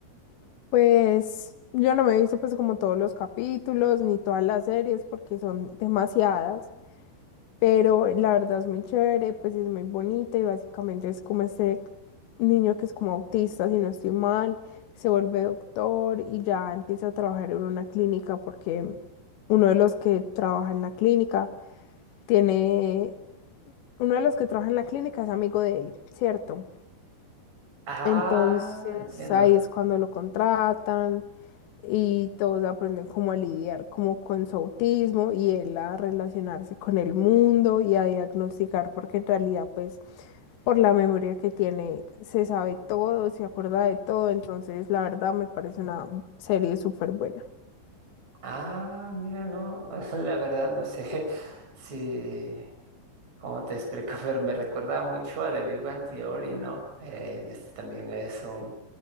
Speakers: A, on the left (about 85°); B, on the right (about 40°).
A: pues yo no me he visto pues como todos los capítulos ni todas las series porque son demasiadas. Pero la verdad es muy chévere, pues es muy bonita y básicamente es como este niño que es como autista, si no estoy mal, se vuelve doctor y ya empieza a trabajar en una clínica porque uno de los que trabaja en la clínica tiene, uno de los que trabaja en la clínica es amigo de él, ¿cierto?
B: Ah,
A: Entonces
B: entiendo.
A: ahí es cuando lo contratan y todos aprenden cómo a lidiar como con su autismo y él a relacionarse con el mundo y a diagnosticar porque en realidad pues por la memoria que tiene se sabe todo, se acuerda de todo, entonces la verdad me parece una serie súper buena.
B: Ah, mira, no, <laughs> la verdad no sé <laughs> si ¿Cómo te explico? <laughs> Pero me recuerda mucho a The Big Bang Theory, ¿no? Eh, en este también es un...